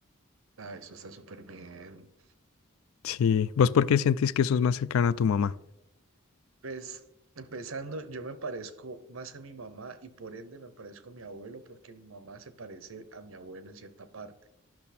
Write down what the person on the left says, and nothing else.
Sí, ¿vos por qué sientes que sos más cercano a tu mamá?